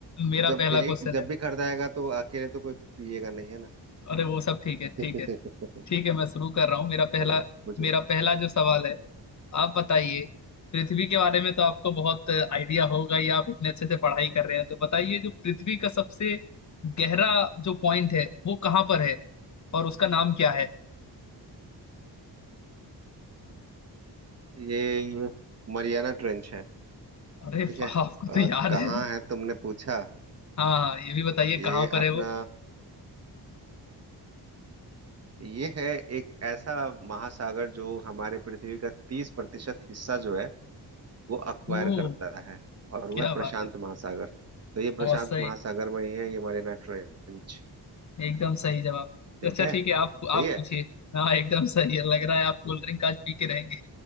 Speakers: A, on the left; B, on the right.
A: मेरा
B: जब
A: पहला
B: एक
A: क्वेश्चन
B: जब
A: है
B: भी खरीदाएगा आएगा तो अकेले तो कोई पिएगा नहीं है ना
A: अरे वो सब ठीक है
B: <laughs>
A: ठीक है ठीक है मैं शुरू कर रहा हूँ मेरा पहला
B: चलो पूछो
A: मेरा पहला जो सवाल है आप बताइए पृथ्वी के बारे में तो आपको बहुत आइडिया होगा या आप इतने अच्छे से पढ़ाई कर रहे हैं तो बताइए जो पृथ्वी का सबसे गहरा जो पॉइंट है वो कहाँ पर है और उसका नाम क्या है
B: ये ये मरियाना ट्रेंच है
A: अरे
B: ठीक
A: वाह
B: है
A: आपको तो
B: और
A: याद
B: कहाँ
A: है
B: है तुमने पूछा
A: हाँ हाँ, ये भी बताइए
B: ये
A: कहाँ पर
B: अपना
A: है वो
B: ये है एक ऐसा महासागर जो हमारे पृथ्वी का तीस प्रतिशत हिस्सा जो है वो अक्वायर
A: ओह
B: करता है और
A: क्या
B: वह प्रशांत
A: बात है
B: महासागर तो ये
A: बहुत
B: प्रशांत
A: सही
B: महासागर में ही है ये मरीना ट्रेंच
A: एकदम सही जवाब
B: ठीक
A: अच्छा
B: है
A: ठीक है आप आप
B: सही है
A: पूछिए हाँ एकदम सही है लग रहा है आप कोल्ड ड्रिंक आज पी के रहेंगे